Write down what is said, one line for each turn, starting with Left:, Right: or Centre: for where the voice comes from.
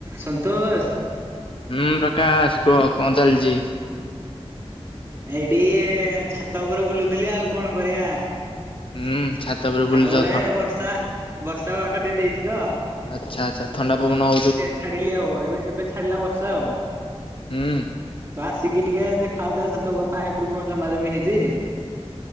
Right: ସନ୍ତୋଷ
Left: ହୁଁ ପ୍ରକାଶ କୁହ କଣ ଚାଲିଛି।
Right: ଏଇଠି ଛାତ ଉପରେ ବୁଲୁଥିଲି ଆଉ କଣ କରିଆ।
Left: ହୁଁ ଛାତ
Right: ଛାତ
Left: ବୁଲୁଛ
Right: ପରେରେ
Left: ଥଣ୍ଡା
Right: ବର୍ଷା ବର୍ଷା ବାଡ଼ ଦେଇେ ଦେଇଇଛିତ।
Left: ଆଚ୍ଛା ଆଚ୍ଛା ଥଣ୍ଡା ପବନ ହଉ
Right: ଛାଡିଲି ଆଉ ଏବେ ଏବେ ଛାଡିଲା ବର୍ଷା ଆଉ
Left: ହୁଁ।
Right: ତ ଆସିକି ଟିକେ ଦେଖାଉ ତ ଛାତ ଉପରେ ପାଣି ପୁଣୀ‌ କଣ ଜମା ଜମି ହେଇଛି।